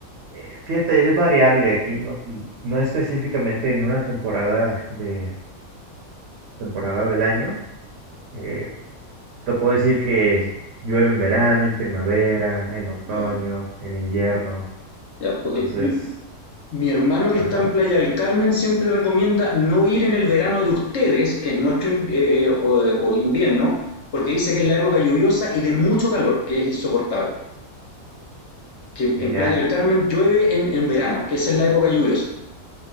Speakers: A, on the right; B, on the left.
A: eh, fíjate, es variable aquí, no, n- no específicamente en una temporada de temporada del año. Eh, te puedo decir que llueve en verano, en primavera, en otoño,
B: Ya.
A: en invierno.
B: Ya, porque
A: Entonces,
B: mi, mi hermano que
A: ajá,
B: está en Playa del Carmen siempre recomienda no ir en el verano de ustedes, que es nuestro in- eh, eh, o, o invierno, porque dice que es la época lluviosa y de mucho calor, que es insoportable. que en
A: ya.
B: Playa del Carmen llueve en, en verano, que esa es la época lluviosa.